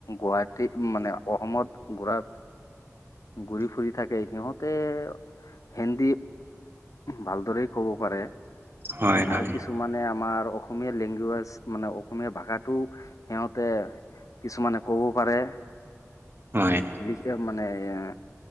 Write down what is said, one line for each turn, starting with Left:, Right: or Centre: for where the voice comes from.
Left: গুৱাহাটী মানে অসমত গুৰা, ঘুৰি- ফুৰি থাকে, সিহঁত তে হিন্দী ভালদৰেই ক'ব পাৰে,
Right: হয়, হয়,
Left: আৰু কিছু মানে আমাৰ অসমীয়া লেংগুৱেজ মানে অসমীয়া ভাষাটোও সিহঁতে কিছুমানে ক'ব পাৰে।
Right: হয়।
Left: <unintelligible> মানে এ